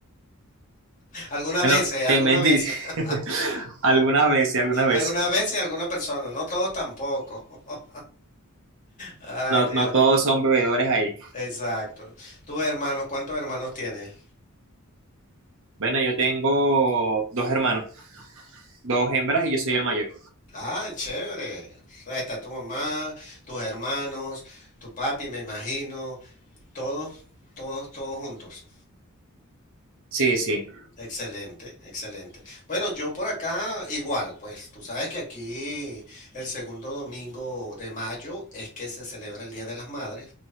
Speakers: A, on the left (about 35°); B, on the right (about 60°).
A: Algunas
B: Bueno,
A: veces, algunas
B: te mentiré,
A: veces, <laughs>
B: <laughs> algunas veces, algunas veces.
A: algunas veces algunas personas, no todos tampoco. <laughs> Ay,
B: No,
A: Dios,
B: no todos son bebedores ahí.
A: exacto. Tus hermanos, ¿cuántos hermanos tienes?
B: Bueno, yo tengo dos hermanos, dos hembras y yo soy el mayor.
A: Ay, chévere. O sea, está tu mamá, tus hermanos, tu papi, me imagino. Todos, todos, todos juntos.
B: Sí, sí.
A: Excelente, excelente. Bueno, yo por acá igual, pues tú sabes que aquí el segundo domingo de mayo es que se celebra el Día de las Madres